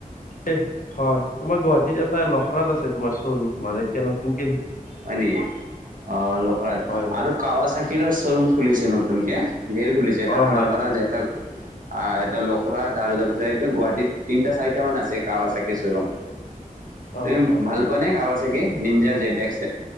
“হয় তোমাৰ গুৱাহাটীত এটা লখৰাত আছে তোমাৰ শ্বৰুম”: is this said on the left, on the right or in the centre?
Left